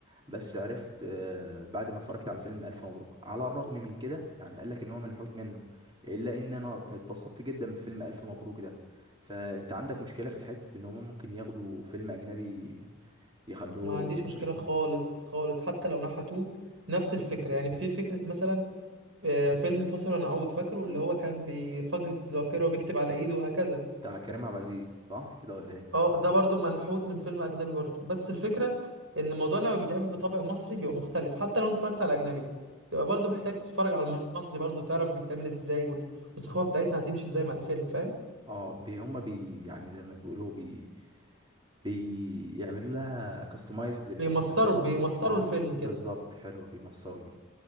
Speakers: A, on the right; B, on the right.
A: بس عرفت آه، بعد ما اتفرجت على فيلم ألف مبروك على الرغم من كده يعني قال لك إن هو منحوت منه إلا إن أنا اتبسطت جدا بفيلم ألف مبروك ده فأنت عندك مشكلة في حتة إن هما ممكن ياخدوا فيلم أجنبي يخلوه
B: ما عنديش
A: مصري
B: مشكله خالص خالص حتى لو نحتوه نفس الفكره يعني في فكره مثلا آه، فيلم فاصل ونعود فاكره اللي هو كان بيفقد الذاكره وبيكتب على ايده وهكذا
A: بتاع كريم عبد العزيز صح كده ولا إيه؟
B: اه ده برضو منحوت من فيلم اجنبي برضو بس الفكره ان الموضوع لما بيتعمل بطابع مصري بيبقى مختلف حتى لو انت اتفرجت على اجنبي تبقى برضو محتاج تتفرج على المصري برضو تعرف بيتعمل ازاي وال- والثقافه بتاعتنا هتمشي ازاي مع الفيلم فاهم
A: اه بي هما بي يعني زي ما بيقولوا بي بيعملوا لها كاستمايز لل
B: بيمصروا
A: للسغ...
B: بيمصروا
A: اه
B: الفيلم كده
A: بالظبط حلوه بيمصروا دي